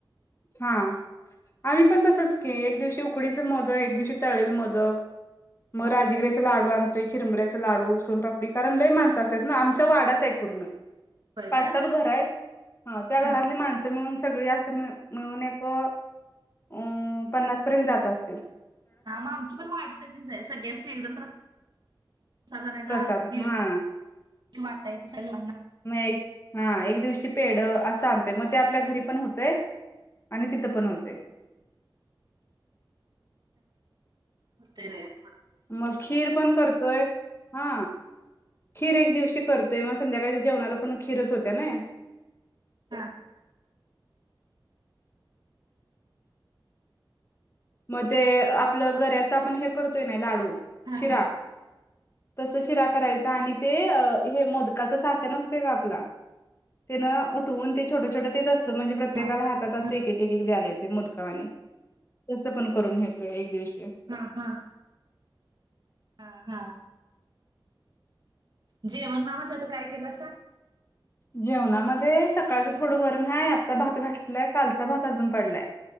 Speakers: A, on the left; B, on the right.
A: हा आम्ही पण तसच के एक दिवशी उकडीच मोदक एक दिवशी तळेल मोदक मग
B: ह
A: राजीगराचा लाडू आण त चिरमबड्याच लाडू सोनपापडी कारण लय माणसं असतात. ना आमच्या वाडाच आहे. पूर्ण
B: होय
A: पाच
B: का
A: सात घर आहेत. त्या घरातली
B: हा
A: माणस मिळून सगळी असं मिळून एक अ पन्नास पर्यंत जात असतात.
B: हा मग आमची पण वाढ तशीच आहे. सगळ्यास मी एकदम प्रसाद आणायचा
A: प्रसाद
B: आरती केली
A: हा
B: की वाटायचं सगळ्या लोकांना
A: मग एक दिवशी पेढ असं आणत मग ते आपल्या घरी पण ह होतेय. आणि तिथ पण होतय.
B: होतय बया
A: म खीर पण करतोय हा खीर एक दिवशी करतोय मग संध्याकाळच्या जेवणाला पण खीरच होती ना.
B: हा
A: मग ते आपलं गर्रच आपण हे करतोय ना लाडू
B: हा
A: शिरा
B: हा
A: तस शिरा करायचा आणि ते हे मोदकाचा साचा नसत का आपला तेन उठवून ते छोटं छोटं ते तस म्हणजे प्रत्येकाला
B: हा
A: हात अस
B: हा
A: एक एक द्यायला येते ते मोदकावानी तसं पण करून घेतोय एक दिवशी
B: हा हा हा हा जेवणामध्ये आता काय केलं सांग
A: जेवणामध्ये सकाळचं थोडं वरण आहे. आता भात घातलाय कालचा भात अजून पडलाय.